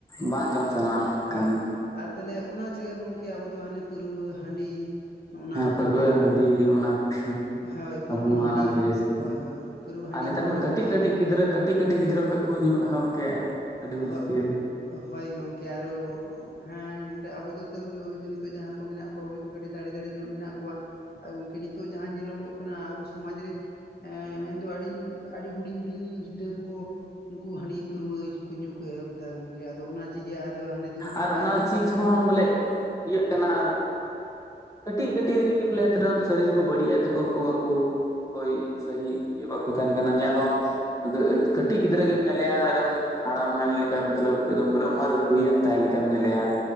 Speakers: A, on the left; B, on the left.
A: ᱵᱟᱝ ᱡᱚᱢ ᱥᱟᱱᱟᱣᱟ ᱚᱱᱟ ᱢᱟ
B: ᱦᱳᱭ
A: ᱠᱟᱱ ᱜᱮ,
B: ᱟᱨ ᱛᱟᱦᱚᱞᱮ ᱚᱱᱟ ᱪᱤᱠᱟᱹ ᱜᱚᱝᱠᱮ ᱟᱵᱚ ᱫᱚ ᱦᱟᱱᱮ ᱯᱟᱹᱨᱣᱟᱹ ᱦᱟᱺᱰᱤ, ᱱᱚᱜᱼᱱᱟ
A: ᱦᱮᱸ ᱯᱟᱹᱨᱣᱟᱹ
B: ᱠᱚ
A: ᱦᱟᱺᱰᱤ ᱚᱱᱟ ᱠᱚᱜᱮ
B: ᱦᱳᱭ ᱯᱟᱹᱨᱣᱟᱹ
A: ᱟᱵᱚ ᱢᱟ
B: ᱦᱟᱺᱰᱤ
A: ᱚᱱᱟ ᱠᱚᱜᱮ ᱡᱟᱹᱥᱛᱤ,
B: ᱦᱳᱭ ᱦᱳᱭ ᱯᱟᱹᱨᱣᱟᱹ ᱦᱟᱺᱰᱤ
A: ᱟᱨ ᱱᱮᱛᱟᱨ
B: ᱵᱚᱱ
A: ᱢᱟ
B: ᱧᱩᱣᱟᱜᱼᱟ
A: ᱠᱟᱹᱴᱤᱡ ᱠᱟᱹᱴᱤᱡ ᱜᱤᱫᱽᱨᱟᱹ ᱠᱟᱹᱴᱤᱡ ᱠᱟᱹᱴᱤᱡ ᱜᱤᱫᱽᱨᱟᱹ ᱠᱷᱚᱡ ᱠᱚ ᱧᱩ ᱮᱦᱚᱵ ᱠᱮᱫ ᱟᱹᱰᱤ
B: <inaudible>
A: ᱢᱩᱥᱠᱤᱞ
B: ᱦᱚᱭ ᱜᱚᱢᱠᱮ ᱟᱨᱚ ᱦᱮᱸ ᱜᱚᱝᱠᱮ ᱟᱵᱚ ᱫᱚ ᱛᱟᱹᱣ ᱨᱮᱦᱚᱸ ᱱᱤᱛᱚᱜ ᱡᱟᱦᱟᱸ ᱠᱚ ᱢᱮᱱᱟᱜ ᱠᱚᱣᱟ ᱦᱳᱭ ᱠᱟᱹᱴᱤᱡ ᱫᱟᱲᱮ ᱫᱟᱲᱮ ᱧᱚᱜ ᱢᱮᱱᱟᱜ ᱠᱚᱣᱟ ᱜᱚᱝᱠᱮ ᱱᱤᱛᱚᱜ ᱡᱟᱦᱟᱸ ᱧᱮᱞᱚᱜᱚᱜ ᱠᱟᱱᱟ ᱟᱵᱚ ᱥᱚᱢᱟᱡ ᱨᱮ ᱮᱸ ᱢᱮᱱᱫᱚ ᱟᱹᱰᱤᱧ ᱟᱹᱰᱤ ᱦᱩᱰᱤᱧ ᱦᱩᱰᱤᱧ ᱜᱤᱫᱽᱨᱟᱹ ᱠᱚ ᱱᱩᱠᱩ ᱦᱟᱺᱰᱤ ᱯᱟᱹᱨᱣᱟᱹ ᱠᱚ ᱧᱩ ᱠᱚ ᱮᱦᱚᱵ ᱫᱟ ᱜᱚᱝᱠᱮ ᱟᱫᱚ ᱚᱱᱟ ᱪᱮᱜᱮ ᱟᱫᱚ ᱦᱟᱱᱮ ᱫᱩᱨᱵᱚᱞ
A: ᱟᱨ
B: ᱢᱟ
A: ᱚᱱᱟ
B: ᱦᱤᱡᱩᱜ
A: ᱪᱤᱡᱽ
B: ᱠᱟᱱᱟ
A: ᱦᱚᱸ ᱵᱚᱞᱮ ᱤᱭᱟᱹᱜ ᱠᱟᱱᱟ ᱟᱨ ᱠᱟᱹᱴᱤᱡ ᱠᱟᱹᱴᱤᱡ ᱨᱮᱜᱮ ᱵᱚᱞᱮ ᱥᱚᱨᱤᱨ ᱠᱚ ᱵᱟᱹᱲᱤᱡ-ᱮᱫ ᱛᱚᱠᱚ ᱠᱚ ᱟᱠᱩ ᱳᱭ ᱥᱟᱹᱦᱤ ᱤᱭᱟᱹ ᱵᱟᱠᱚ ᱛᱟᱦᱮᱸᱱ ᱠᱟᱱᱟ ᱧᱮᱞ ᱦᱚᱸᱢ ᱠᱟᱹᱴᱤᱡ ᱜᱤᱫᱽᱨᱟᱹ ᱜᱮᱢ ᱧᱮᱞᱮᱭᱟ ᱮᱠᱫᱚᱢ ᱦᱟᱲᱟᱢ ᱢᱮᱱ ᱞᱮᱠᱟ ᱢᱚᱛᱞᱟᱹᱵᱽ ᱮᱠᱫᱚᱢ ᱵᱚᱞᱮ ᱩᱢᱮᱨ ᱦᱩᱭᱮᱱ ᱛᱟᱭ ᱞᱮᱠᱟᱢ ᱧᱮᱞᱮᱭᱟ,